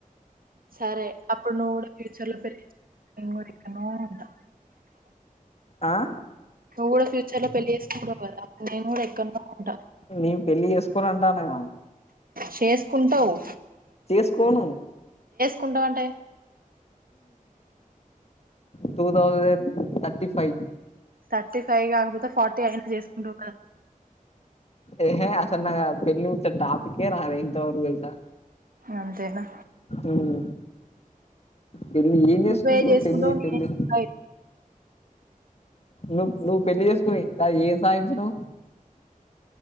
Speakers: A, on the right; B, on the left.
A: సరే అప్పుడు నువ్వు కూడా ఫ్యూచర్ లో పెల్లి <inaudible> ఎక్కడ్నో ఉంటా
B: ఆ
A: నువ్వు కూడా ఫ్యూచర్ లో పెళ్లి చేసుకుంటవు కదా నేను కూడా కనుకుంట
B: నేను పెళ్లి చేసుకోను అంటానగా
A: చేసుకుంటావు
B: చేస్కోను
A: కుంటవ్ అంటే
B: two thousand thirty five
A: thirty five కాకపోతే ఫార్టీ అయినా చేసుకుంటూ కదా
B: ఎహే అసలు <unintelligible> పెళ్ళిముచ్చ టాపికే రాలె ఇంతవరక్
A: అంతేనా
B: ఉమ్ పెళ్లి ఏం చేసుకుంటారు
A: నువ్వే చేసుకుంటావు
B: పెళ్లి
A: నేనే
B: పెళ్లి నువ్ నువ్వు పెళ్లి చేసుకుని ఇంకా ఏం సాధించినా